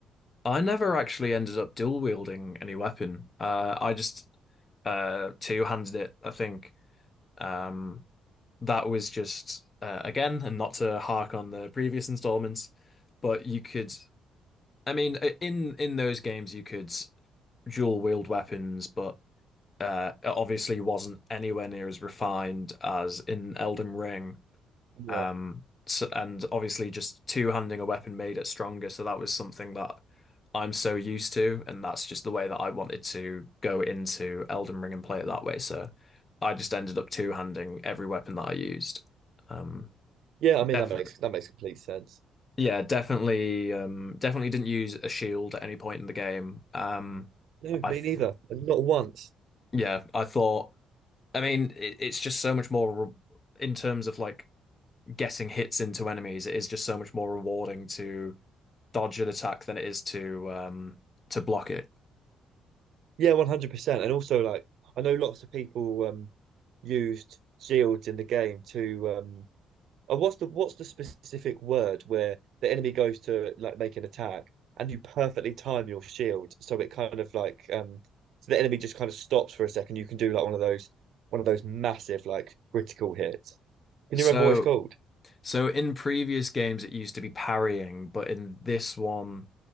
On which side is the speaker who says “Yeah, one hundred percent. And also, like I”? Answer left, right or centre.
Right